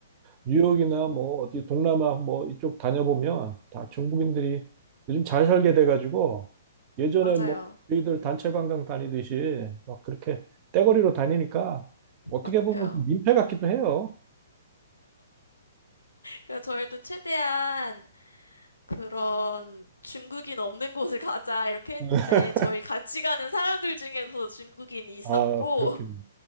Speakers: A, on the right; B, on the left.
A: 뉴욕이나 뭐 어디 동남아 뭐 이쪽 다녀보면 다 중국인들이 요즘 잘 살게 돼가지고 예전에
B: 맞아요.
A: 뭐 저희들 단체 관광 다니듯이 막 그렇게 떼거리로 다니니까
B: 맞아요.
A: 어떻게 보면 좀 민폐 같기도 해요.
B: 그래서 저희도 최대한 그런 중국인 없는 곳을 가자 이렇게 했는데
A: <laughs>
B: 저희 같이 가는 사람들 중에서도 중국인이 있었고
A: 아, 그렇겠네.